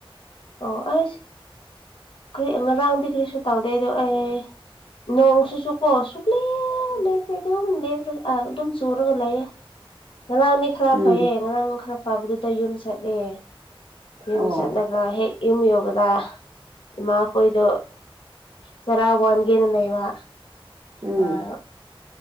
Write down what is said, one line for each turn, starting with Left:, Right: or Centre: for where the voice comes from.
Left: ꯑꯣ ꯑꯩꯁ ꯀ꯭ꯔꯤ ꯉꯔꯥꯡꯗꯤ ꯀ꯭ꯔꯤꯁꯨ ꯇꯥꯎꯗꯦꯗꯣ ꯑꯩ ꯅꯣꯡꯁꯨꯁꯨꯀꯣ ꯁꯨꯨꯛꯂꯦ
Right: <inaudible>
Left: ꯇꯦ ꯑꯗꯨꯝ ꯂꯦꯞꯔꯒ ꯑꯥ ꯑꯗꯨꯝ ꯆꯨꯔꯒ ꯂꯩꯌꯦ ꯉꯔꯥꯡꯗꯤ ꯈꯔ
Right: ꯎꯝ
Left: ꯐꯩꯌꯦ ꯉꯔꯥꯡ ꯈꯔ ꯐꯕꯗꯨꯗ ꯌꯨꯝ ꯆꯠꯂꯦ ꯌꯨꯝ
Right: ꯑꯣ
Left: ꯆꯠꯅ ꯒꯥ ꯍꯦꯛ ꯌꯨꯝ ꯌꯧꯔꯒ ꯏꯃꯥꯈꯣꯏꯗꯣ ꯆꯥꯔ ꯋꯥꯟꯒꯦꯅ ꯂꯩꯕ
Right: ꯎꯝ
Left: ꯑꯥ